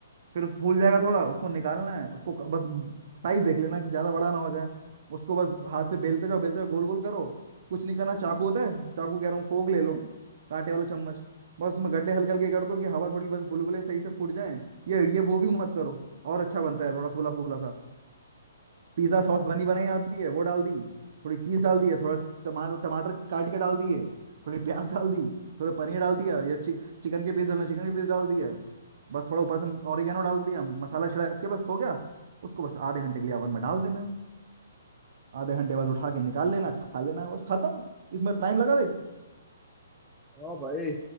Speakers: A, on the right (about 60°); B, in the centre.
A: फिर फूल जाएगा थोड़ा उसको निकालना है उसको क- बस साइज देख लेना कि ज्यादा बड़ा ना हो जाए उसको बस हाथ से बेलते जाओ बेलते जाओ गोल गोल करो कुछ नहीं करना चाकू होता है चाकू कह रहा हूँ फोक ले
B: हम्म
A: लो कांटे वाला चम्मच बस उसमें गड्ढे हल्के हल्के कर दो कि हवा थोड़ी बस बुलबुले सही से फूट जाए ये ये वो भी मत करो और अच्छा बनता है थोड़ा फूला फूला सा पिज्जा सॉस बनी बनाई आती है वो डाल दी थोड़ी चीज डाल दी है थोड़ा टमाटर टमाटर काट के डाल दिए थोड़ी प्याज डाल दी थोड़े पनीर डाल दिया या चिक, चिकन के पीस डालना चिकन के पीस डाल दिया बस थोड़ा ऊपर से ऑरिगेनो डाल दिया मसाला छिड़क के बस हो गया उसको बस आधे घंटे के लिए ओवन में डाल देना है। आधे घंटे बाद उठा के निकाल लेना खा लेना है बस खत्म इसमें टाइम लगा देख
B: ओ भाई